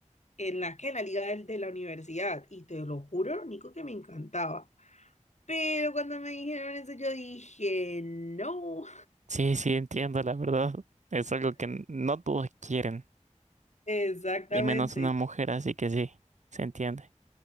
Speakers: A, on the left; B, on the right.
A: en la que, en la liga del- de, la universidad, y te lo juro, lo único que me encantaba. Pero cuando me dijeron eso, yo dije, no.
B: Sí, sí, entiendo, la verdad. Es algo que n- no todos quieren,
A: Exactamente.
B: y menos una mujer, así que sí, se entiende.